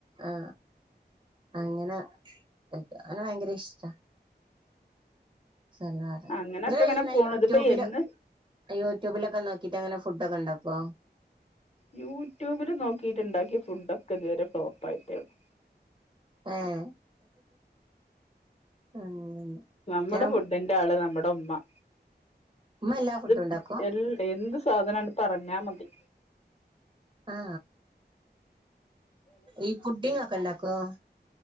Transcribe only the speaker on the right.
ആ അങ്ങനെ അങ്ങനെ ഭയങ്കര ഇഷ്ടാ <unintelligible>
നിങ്ങളിങ്ങനെ
യൂട്യൂബില്
യൂട്യൂബിലൊക്കെ നോക്കിട്ട് അങ്ങനെ ഫുഡ് ഒക്കെ ഉണ്ടാക്കോ
ഏഹ് അങ്ങനെ
ഞാൻ
ഉമ്മ എല്ലാ
ഫുഡും ഉണ്ടാക്കും
ആ ഈ പുഡ്ഡിംഗ് ഒക്കെ ഉണ്ടാക്കോ